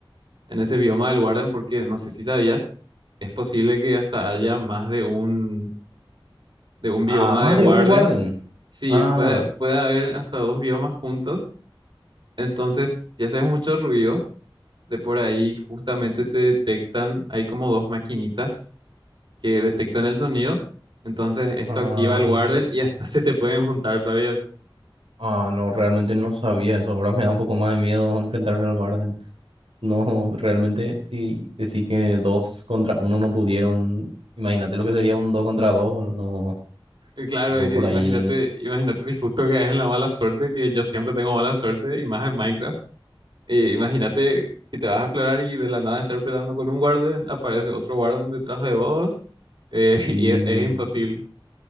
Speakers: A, on the right; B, on the right.
A: en ese bioma del guardián porque no sé si sabías, es posible que hasta haya más de un, de un bioma
B: Ah, más
A: de guardians.
B: de un Warden.
A: Sí,
B: Ah,
A: puede, puede haber hasta dos biomas juntos. Entonces, si haces mucho ruido, de por ahí justamente te detectan, hay como dos maquinitas que detectan el sonido. Entonces esto
B: ah,
A: activa el Warden y hasta <laughs> se te pueden juntar, ¿sabías?
B: ah, no, realmente no sabía eso. Ahora me da un poco más de miedo <laughs> enfrentarme al Warden. No, realmente si decís que dos contra uno no pudieron, imagínate lo que sería un dos contra dos, no,
A: Y Claro,
B: yo
A: es que
B: por
A: imagínate,
B: ahí
A: imagínate si justo caes en la mala suerte, que yo siempre tengo mala suerte, y más en Minecraft. Eh, imagínate que te vas a explorar y de la nada estar peleando con un Warden, aparece otro Warden detrás de vos, eh, <laughs>
B: y
A: y es, es imposible.